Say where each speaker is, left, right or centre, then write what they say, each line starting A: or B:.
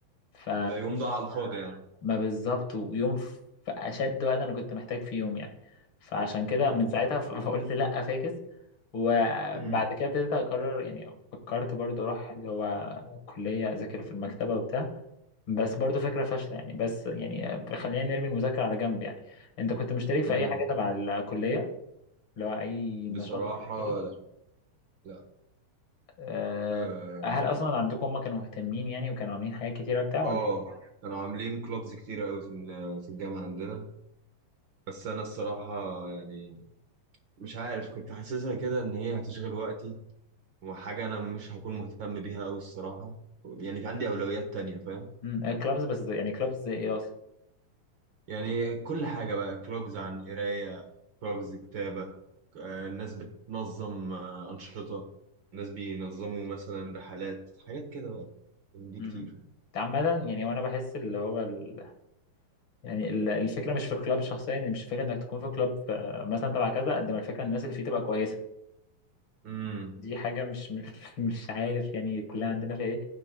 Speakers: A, on the left; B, on the right.
A: ف
B: ده يوم ده على الفاضي يعني
A: ما بالظبط ويوم في اشد وقت انا كنت محتاج فيه يوم يعني فعشان كده من
B: أمم.
A: ساعتها ف- <laughs> فقلت لا فاكس وبعد
B: أمم.
A: كده ابتديت اقرر يعني فكرت برضو اروح اللي هو كلية اذاكر في المكتبة وبتاع بس برضو فكرة فاشلة يعني بس يعني خلينا نرمي المذاكرة على جنب يعني انت كنت مشترك في
B: أمم.
A: اي حاجة تبع الكلية اللي هو اي
B: بصراحة
A: نشاط أو كده
B: لا لا
A: أه،
B: اه
A: هل اصلا عندكم هم كانوا مهتمين يعني وكانوا عاملين حاجات كتيرة وبتاع
B: آه. كانوا عاملين كلوبز كتيرة قوي في في الجامعة عندنا بس انا الصراحة يعني مش عارف كنت حاسسها كده ان هي هتشغل وقتي وحاجه انا مش هكون مهتم بيها قوي الصراحه يعني في عندي اولويات تانية فاهم
A: ولا كلابز بس يعني كلابز ايه
B: يعني كل حاجه بقى كلوبز عن قرايه كلوبز كتابه آه، الناس بتنظم آه، انشطه الناس بينظموا مثلا رحلات حاجات كده بقى من دي
A: امم
B: كتير
A: عامة يعني وانا بحس اللي هو ال... يعني ال- الفكرة مش في الكلاب شخصيا يعني مش فكرة انك تكون في كلاب آه، مثلا تبع كذا قد ما الفكرة ان الناس اللي فيه تبقى كويسة
B: امم
A: دي حاجة مش <laughs> مش مش عارف يعني كلنا عندنا فيها ايه